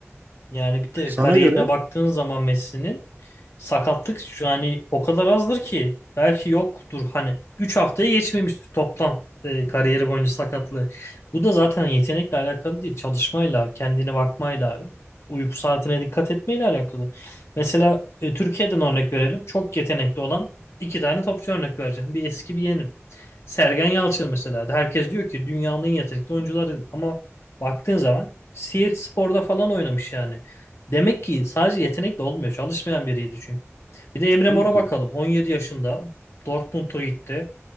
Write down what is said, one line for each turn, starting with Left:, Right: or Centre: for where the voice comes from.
Left: Yani bir de
Right: Sana
Left: kariyerine
Right: göre
Left: baktığın zaman Messi'nin sakatlık şu hani o kadar azdır ki belki yoktur hani 3 haftaya geçmemiştir toplam e, kariyeri boyunca sakatlığı. Bu da zaten yetenekle alakalı değil. Çalışmayla, kendine bakmayla, uyku saatine dikkat etmeyle alakalı. Mesela e, Türkiye'den örnek verelim. Çok yetenekli olan iki tane topçu örnek vereceğim. Bir eski bir yeni. Sergen Yalçın mesela. Herkes diyor ki dünyanın en yetenekli oyuncuları ama baktığın zaman Siirt Spor'da falan oynamış yani. Demek ki sadece yetenekle olmuyor. Çalışmayan biriydi çünkü. Bir de Emre
Right: tabii
Left: Mor'a
Right: ki
Left: bakalım. 17 yaşında Dortmund'a gitti.